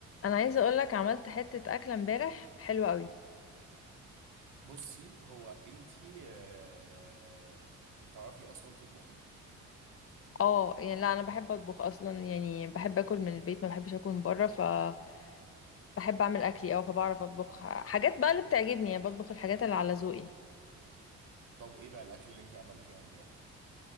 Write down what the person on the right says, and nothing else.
بصي هو انتي آه، بتعرفي اصلا تطبخي
طب ايه بقى الاكل اللي انتي عملتيه امبارح